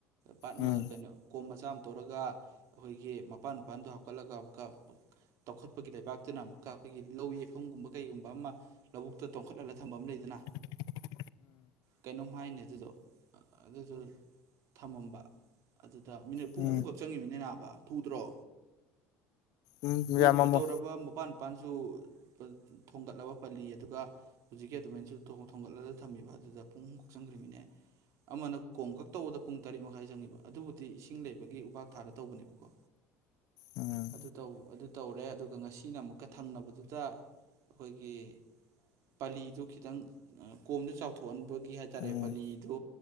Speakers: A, on the right; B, on the left.
A: ꯄꯥꯠ
B: ꯎꯝ
A: ꯀꯩꯅꯣ ꯀꯣꯝ ꯃꯆꯥ ꯑꯃ ꯇꯧꯔꯒ ꯑꯩꯈꯣꯏꯒꯤ ꯃꯄꯥꯟ ꯃꯄꯥꯟꯗꯣ ꯍꯥꯞꯀꯠꯂꯒ ꯑꯃꯨꯛꯀ ꯇꯧꯈꯠꯄꯒꯤ ꯂꯩꯕꯥꯛꯇꯨꯅ ꯑꯃꯨꯛꯀ ꯑꯩꯈꯣꯏꯒꯤ ꯂꯧ ꯌꯩꯐꯝꯒꯨꯝꯕ ꯀꯩꯒꯨꯝꯕ ꯑꯃ ꯂꯧꯕꯨꯛꯇ ꯇꯣꯡꯈꯠꯍꯜꯂꯒ ꯊꯝꯕ ꯑꯃ ꯂꯩꯗꯅ
B: <inaudible>
A: ꯀꯩꯅꯣꯝ ꯍꯥꯏꯅꯦ ꯑꯗꯨꯗꯣ ꯑꯗꯨꯗꯣ ꯊꯝꯃꯝꯕ ꯑꯗꯨ ꯑ ꯃꯤꯅꯤꯠ ꯄꯨꯡ
B: ꯎꯝ
A: ꯑꯍꯨꯝꯈꯛ ꯆꯪꯉꯤꯃꯤꯅꯤ ꯅꯥꯕ ꯊꯨꯗ꯭ꯔꯣ
B: ꯎꯝ
A: ꯀꯣꯝꯁꯨ
B: ꯌꯥꯝꯃꯝꯃꯣ
A: ꯇꯧꯔꯕ ꯃꯄꯥꯟ ꯃꯄꯥꯟꯁꯨ ꯊꯣꯡꯒꯠꯂꯕ ꯄꯜꯂꯤ ꯑꯗꯨꯒ ꯍꯧꯖꯤꯛꯀꯤ ꯑꯗꯨꯃꯥꯏꯅꯁꯨ ꯊꯣꯡꯒꯠꯂꯒ ꯊꯝꯃꯤꯕ ꯑꯗꯨꯗ ꯄꯨꯡ ꯀꯛ ꯆꯪꯈ꯭ꯔꯤꯕꯃꯤꯅꯦ ꯑꯃꯅ ꯀꯣꯝ ꯈꯛ ꯇꯧꯕꯗ ꯄꯨꯡ ꯇꯔꯦꯠ ꯃꯈꯥꯏ ꯆꯪꯉꯤꯕ ꯑꯗꯨꯕꯨꯗꯤ ꯏꯁꯤꯡ ꯂꯩꯕꯒꯤ ꯎꯄꯥꯛ ꯊꯥꯕ ꯇꯧꯕꯅꯦꯕꯀꯣ
B: ꯎꯝ
A: ꯑꯗꯨ ꯇꯧ ꯑꯗꯨ ꯇꯧꯔꯦ ꯑꯗꯨꯒ ꯉꯁꯤꯅ ꯑꯃꯨꯛꯀ ꯊꯪꯅꯕꯗꯨꯗ ꯑꯩꯈꯣꯏꯒꯤ ꯄꯥꯂꯤꯗꯨ ꯈꯤꯇꯪ ꯀꯣꯝꯗꯨ ꯆꯥꯎꯊꯣꯛꯍꯟꯕꯒꯤ ꯍꯥꯏ ꯇꯔꯦ
B: ꯎꯝ
A: ꯄꯥꯂꯤꯗꯨ